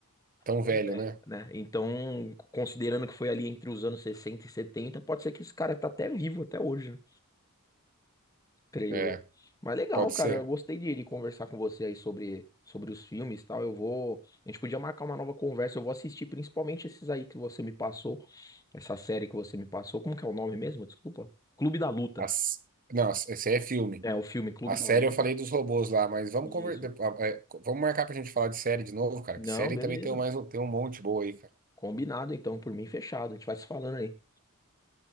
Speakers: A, on the right; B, on the left.
A: tão
B: tão
A: velho,
B: velho,
A: né?
B: né? Então, considerando que foi ali entre os anos 60 e 70 pode ser que esse cara tá até vivo até hoje, creio
A: É,
B: eu. Mas legal,
A: pode
B: cara,
A: ser.
B: eu gostei de, de conversar com você aí sobre, sobre os filmes e tal. Eu vou. A gente podia marcar uma nova conversa. Eu vou assistir principalmente esses aí que você me passou, essa série que você me passou. Como que é o nome mesmo? Desculpa. Clube da Luta.
A: As... Não, esse aí é filme.
B: É, o filme Clube
A: A
B: da
A: série
B: Luta.
A: eu falei dos robôs lá, mas vamos
B: Isso.
A: conver... de- ah, é, co- vamos marcar pra gente falar de série de novo, cara.
B: Não,
A: Que série
B: beleza.
A: também tem mais um, tem um monte boa aí, cara.
B: Combinado então, por mim fechado. A gente vai se falando aí.